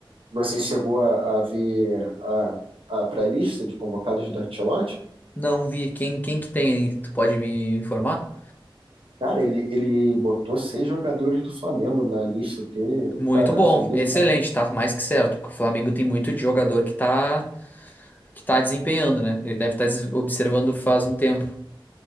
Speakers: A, on the right; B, on the left.
A: você chegou a, a ver a, a pré-lista de convocados do Ancelotti?
B: Não vi quem, quem que tem aí, tu pode me informar?
A: Cara, ele, ele botou seis jogadores do Flamengo na lista, que,
B: Muito
A: cara,
B: bom,
A: achei bizarro.
B: excelente, tá mais que certo. O Flamengo tem muito de jogador que tá que tá desempenhando, né? Ele deve estar observando faz um tempo.